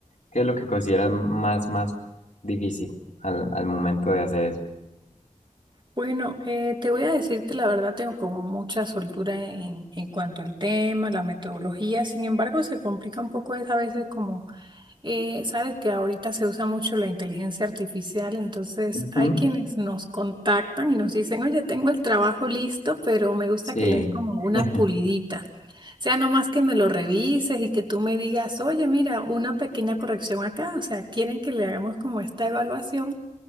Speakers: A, on the left; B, on the right.
A: ¿qué es lo que consideras más, más difícil al, al momento de hacer eso?
B: Bueno, eh, te voy a decir que la verdad tengo como mucha soltura en, en cuanto al tema, la metodología, sin embargo se complica un poco es a veces como Eh, sabes que ahorita se usa mucho la inteligencia artificial, entonces
A: Ujú,
B: hay quienes nos contactan y nos dicen, oye, tengo el trabajo listo, pero me gusta
A: Sí,
B: que le des como una
A: <laughs>
B: pulidita. O sea, no más que me lo revises y que tú me digas, oye, mira, una pequeña corrección acá. O sea, quieren que le hagamos como esta evaluación